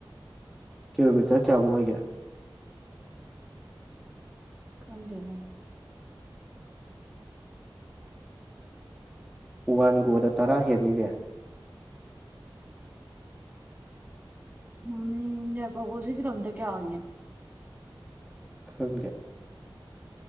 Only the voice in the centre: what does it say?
ꯀꯤꯂꯣꯃꯤꯇꯔ ꯀꯌꯥꯃꯨꯛ ꯑꯣꯏꯒꯦ
ꯋꯥꯟ ꯒꯣꯗ ꯇꯔꯥ ꯍꯦꯟꯅꯤꯅꯦ
ꯈꯪꯗꯦ